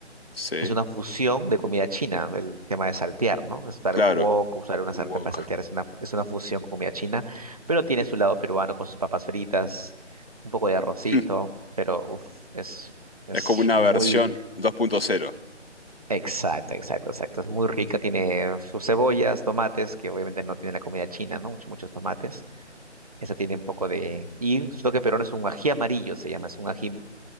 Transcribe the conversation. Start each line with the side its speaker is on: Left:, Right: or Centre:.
Left: Sí,
Right: es una fusión de comida china, el tema de saltear, ¿no? Usar
Left: claro.
Right: un wok, usar una
Left: Un
Right: sartén
Left: wok.
Right: para saltear, es una, es una fusión con comida china, pero tiene su lado peruano con sus papas fritas, un poco de arrocito,
Left: <laughs>
Right: pero uf, es, es
Left: Es como una
Right: muy...
Left: versión dos punto cero
Right: Exacto, exacto, exacto. Es muy rica, tiene sus cebollas, tomates, que obviamente no tiene la comida china, ¿no? Muchos, muchos tomates. Esa tiene un poco de... Y lo que peruano es un ají amarillo, se llama, es un ají